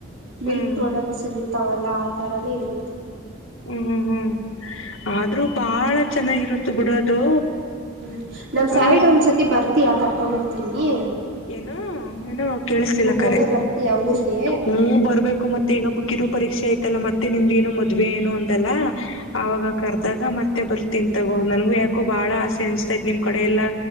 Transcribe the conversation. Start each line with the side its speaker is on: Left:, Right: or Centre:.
Right: ಮಿಲ್ಕ್
Left: ಹ್ಮ್
Right: ಪ್ರಾಡಕ್ಟ್ಸ್ ಇತಿ. ತವಲ್ಲ- ಆ -ಥರನೇ ಇರುತ್ತೆ.
Left: ಹ್ಮ್- ಹ್ಮ್ -ಹ್ಮ್ -ಆದ್ರೂ ಬಾಳ ಚೆನ್ನಾಗಿರುತ್ತ ಬಿಡೋದು.
Right: ಹ್ಮ್- ನಮ್
Left: ಹ್ಮ್
Right: ಸಾಯಿಡ್ ಒಂದ್ಸತಿ ಬರ್ತಯಾ ಕರ್ಕೊಂಡ್ ಹೋಗತೀನಿ.
Left: ಏನೋ ಅವ ಏನೋ ಕೇಳಿಸ್ತಿಲ್ಲ ಕರೆ.
Right: ಕಡೆ ಬರ್ತೀಯ ಊರ್ಗೆ
Left: ಹ್ಮ್ -ಬರ್ಬೇಕು ಮತ್ತೆ ಈಗ ಕಿರು ಪರೀಕ್ಷೆ ಐ್ಲ್ಲ ಮತ್ತೆ. ಮತ್ತೆ ನಿಮ್ದೇನೋ ಮದ್ವೆ ಏನು ಅಂದಲ್ಲ ಆವಾಗ ಕರ್ದಾಗ ಮತ್ತೆ ಬರ್. ತಿಂತಗೋ ನನ್ಗೂ ಯಾಕೋ ಬಾಳ ಆಸೆ ಅನ್ಸ್ತಾ ಇದ್ ನಿಮ್ ಕಡೆ ಎಲ್ಲಾ.